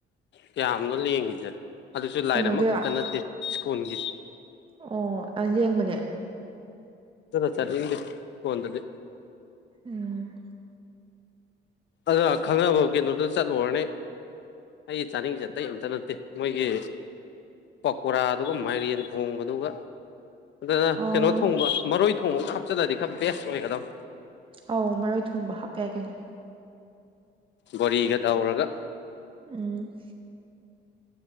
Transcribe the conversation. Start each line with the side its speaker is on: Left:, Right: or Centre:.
Left: ꯀꯌꯥꯝꯅꯣ ꯂꯦꯡꯉꯤꯁꯦ ꯑꯗꯨꯁꯨ ꯂꯥꯏꯟ
Right: ꯀꯩꯅꯣꯒꯤꯔꯣ
Left: ꯑꯃꯈꯛꯇ ꯅꯠꯇꯦ ꯁ꯭ꯀꯨꯜꯒꯤ
Right: ꯑꯣ ꯑꯂꯦꯡꯕꯅꯦ
Left: ꯔꯣ ꯆꯠꯅꯤꯡꯗꯦ ꯏꯁꯀꯣꯟꯗꯗꯤ
Right: ꯎꯨꯝ
Left: ꯑꯗꯨ ꯈꯪꯅꯕ ꯀꯩꯟꯗ꯭ꯔꯣꯗ ꯆꯠꯂꯨꯔꯅꯤ ꯑꯩ ꯆꯥꯅꯤꯡꯉꯤꯁꯦ ꯑꯇꯩ ꯑꯝꯇ ꯅꯠꯇꯦ ꯃꯣꯏꯒꯤ ꯄꯀꯣꯔꯥꯗꯨ ꯃꯥꯏꯔꯦꯟ ꯊꯣꯡꯕꯗꯨꯒ ꯑꯗꯨꯅ
Right: ꯑꯣ
Left: ꯀꯩꯅꯣ ꯊꯣꯡꯕ ꯃꯔꯣꯏ ꯊꯣꯡꯕꯒ ꯍꯥꯞꯆꯤꯜꯂꯗꯤ ꯈꯔ ꯕꯦꯁ ꯑꯣꯏꯒꯗꯕ
Right: ꯑꯧ ꯃꯔꯣꯏ ꯊꯣꯡꯕ ꯍꯥꯞꯄ ꯌꯥꯏ ꯀꯩꯅꯣ
Left: ꯕꯣꯔꯤꯒ ꯇꯧꯔꯒ
Right: ꯎꯨꯝ